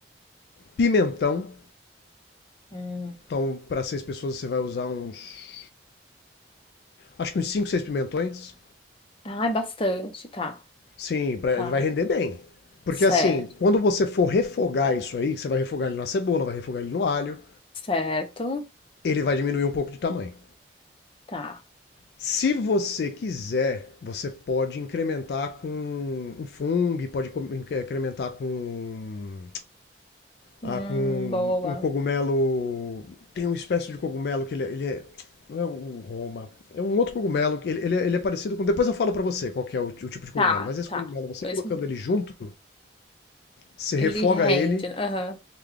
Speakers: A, on the left; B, on the left.
A: pimentão.
B: Hum.
A: Então, para seis pessoas você vai usar uns, acho que uns cinco, seis pimentões.
B: Ah, é bastante, tá,
A: Sim, pra,
B: tá.
A: vai render bem. Porque
B: Certo,
A: assim, quando você for refogar isso aí, você vai refogar ele na cebola, vai refogar ele no alho,
B: certo,
A: ele vai diminuir um pouco de tamanho.
B: tá.
A: Se você quiser, você pode incrementar com um fungo, pode incrementar com,
B: Hum,
A: ah, com
B: boa.
A: um cogumelo. Tem uma espécie de cogumelo que ele, é- ele é. Não é o Roma. É um outro cogumelo que ele, ele é, ele é parecido com. Depois eu falo pra você qual que é o, t- o tipo de cogumelo.
B: Tá,
A: Mas esse
B: tá.
A: cogumelo, você
B: Pois
A: colocando ele junto, você refoga
B: ele rende.
A: ele
B: Aham.